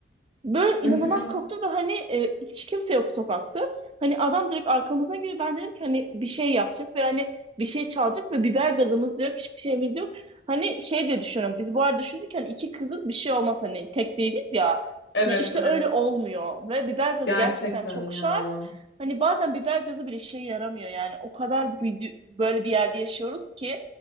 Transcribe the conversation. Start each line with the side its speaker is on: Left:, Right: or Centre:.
Right: Böyle inanılmaz
Left: Hı hı.
Right: korktum ve hani e, hiç kimse yok sokakta. Hani adam direkt arkamızdan geliyor. Ben dedim ki hani bir şey yapacak ve hani bir şey çalacak ve biber gazımız da yok, hiçbir şeyimiz yok. Hani şey de düşünüyorum. Biz bu arada düşündük ki hani iki kızız bir şey olmaz hani tek değiliz ya.
Left: Evet
Right: Ya işte
Left: evet.
Right: öyle olmuyor ve biber gazı
Left: Gerçekten
Right: gerçekten çok
Left: ya.
Right: şart. Hani bazen biber gazı bile işe yaramıyor yani. O kadar büyüdü- böyle bir yerde yaşıyoruz ki